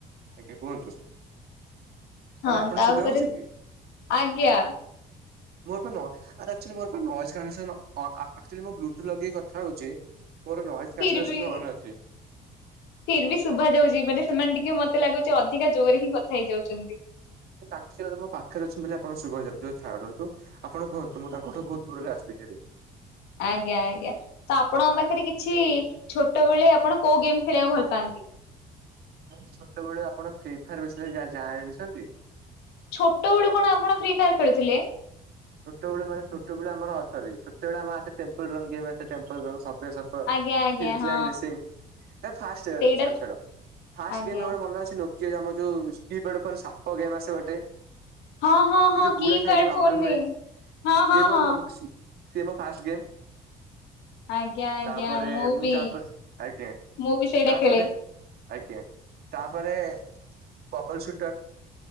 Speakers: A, on the right; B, on the left.
A: ଆଜ୍ଞା, କୁହନ୍ତୁ
B: ହଁ
A: ମାନେ ଆପଣ
B: ତାପରେ
A: ଶୁଗା ଯାଉଛି କି?
B: ଆଜ୍ଞା
A: ମୋର ବା <unintelligible> ଆରେ ଆକଚୁଆଲି ମୋର ବା ନଏଜ୍ କ୍ୟାନ୍ସଲ୍ ଆକଚୁଆଲି ମୁଁ ବ୍ଲୁତୁଥ ଲଗେଇ କଥାହଉଛି, ମୋର ନଏଜ କ୍ୟାନସେସନ
B: ଫିର୍ ବି,
A: ଅନ୍ ଅଛି
B: ଫିର୍ ବି ଶୁଭାଯାଉଛି ମାନେ ସେମାନେ ଟିକେ ମତେ ଲାଗୁଛି ଅଧିକା ଜୋରରେ ହିଁ କଥା ହେଇଯାଉଛନ୍ତି।
A: ତାଙ୍କ ସେ ବୋଧେ ମୋ ପାଖରେ ଅଛନ୍ତି ବୋଲି ଆପଣ ଶୁଭା ଯାଉଥିବ ହଉ ଛାଡନ୍ତୁ। ଆପଣ କୁହନ୍ତୁ, ମୁଁ ତାଙ୍କଠୁ ବହୁତ ଦୂରରେ ଆସିଲି ଭାରି।
B: ଆଜ୍ଞା ଆଜ୍ଞା ତ ଆପଣଙ୍କ ପାଖରେ କିଛି ଛୋଟ ବେଳେ ଆପଣ କୋଉ ଗେମ୍ ଖେଳିବାକୁ ଭଲ ପାଆନ୍ତି?
A: ମୁଁ ଛୋଟବେଳୁ ଆପଣ ଫ୍ରି ଫାୟାର ବିଷୟରେ ଜା ଜା ଆଣିଛନ୍ତି
B: ଛୋଟ ବେଳୁ କଣ ଆପଣ ଫ୍ରି ଫାୟାର ଖେଳୁଥିଲେ
A: ଛୋଟବେଳେ ମାନ ଛୋଟବେଳେ ଆମର ହ <unintelligible> ସେତେବେଳେ ଆମ <unintelligible> ହଁ
B: ଆଜ୍ଞା ଆଜ୍ଞା
A: ଇଟ୍ରାମିରେ
B: ହଁ
A: ସିଗି ଏ ଫାଷ୍ଟେ ରେ
B: ସେଇଟା
A: ଛାଡ ଛାଡ। ଫାଷ୍ଟେ
B: ଆଜ୍ଞା
A: ଗେମେ ମୋର ମନେ ଅଛି ନୋକି ଆମର ଯୋଉ ରିସ୍କେ ଯେପଡ଼େ ସାପ ଗେମ୍ ଆସେ ଗୋଟେ।
B: ହଁ ହଁ
A: ସେ
B: ହଁ
A: ଯୋଉ ଗୁଳା
B: କି
A: ଖାଇକି
B: ପ୍ୟାଡ
A: ଲମ୍ବା
B: ଫୋନରେ
A: ହୁଏ।
B: ହଁ
A: ସି
B: ହଁ
A: ଏ ମୋ
B: ହଁ
A: ନମ ସିଏମୋ ଫାଷ୍ଟେ ଗେମ୍।
B: ଆଜ୍ଞା ଆଜ୍ଞା
A: ତାପରେ ମୁଁ
B: ବି
A: ତାପରେ ଆଜ୍ଞା
B: ମୁଁ ବି ସେଇଟା
A: ତାପରେ।
B: ଖେଳେ
A: ଆଜ୍ଞା। ତାପରେ ବବଲ ସୁଟର।